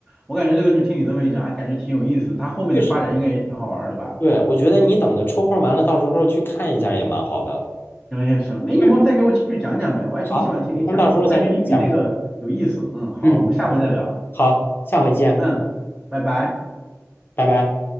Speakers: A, in the centre; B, on the left (about 40°).
A: 我感觉这个剧听你这么一讲，还感觉挺有意思。它后面的发展应该也挺好玩儿的吧？
B: 确实，对，我觉得你等着抽空完了，到时候去看一下也蛮好的。
A: 行行行，那有空再给我继续讲讲呗，
B: 嗯，
A: 我还挺喜欢听你讲的，
B: 好，有空到时候再给你讲讲。
A: 我感觉你比那个有意思。嗯，好，
B: 嗯，
A: 我们下回再聊。
B: 好，下回见，
A: 嗯，拜拜。
B: 拜拜。